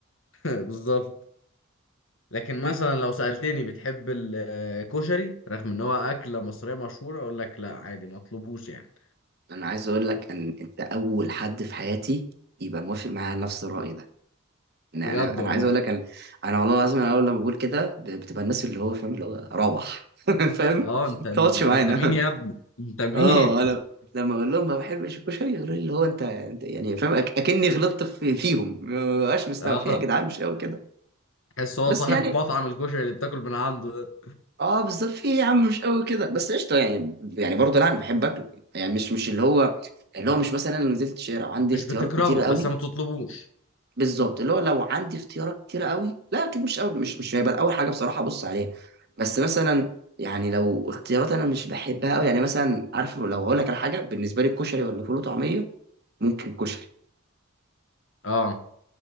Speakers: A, on the left; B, on the right.
A: <laughs> بالظبط لكن مثلا لو سألتني بتحب الكشري رغم ان هو أكلة مصرية مشهورة اقول لك لا عادي ما اطلبوش يعني
B: انا عايز اقول لك ان انت اول حد في حياتي يبقى موافق معايا على نفس الراي ده إن انا
A: بجد
B: انا
A: والله
B: عايز اقول لك انا انا والله العظيم انا اول لما بقول كده ب- بتبقى الناس اللي هو فاهم اللي هو روح <laughs> فاهم
A: اه انت
B: ما تقعدش
A: انت
B: معانا
A: مين يا ابني انت مين
B: اه انا لما اقول لهم ما بحبش الكشري يقولوا لي اللي هو انت انت يعني فاهم أك- اكني غلطت في فيهم ما بقاش
A: <laughs>
B: مستوعب
A: اه
B: فيها يا جدعان مش قوي كده
A: تحس هو
B: بس
A: صاحب
B: يعني
A: مطعم الكشري اللي بتاكل من عنده ده
B: اه بالظبط في إيه يا عم مش قوي كده بس قشطه يعني يعني برضه لا انا بحب اكله يعني مش مش اللي هو اللي هو مش مثلا انا نزلت شارع عندي
A: مش
B: اختيارات
A: بتكرهه
B: كتيره قوي
A: بس ما تطلبوش
B: بالظبط اللي هو لو عندي اختيارات كتيرة قوي لا اكيد مش أول مش مش هيبقى اول حاجة بصراحة ابص عليها بس مثلا يعني لو اختيارات انا مش بحبها قوي يعني مثلا عارف لو هقول لك على حاجة بالنسبة لي الكشري ولا فول وطعمية ممكن الكشري
A: اه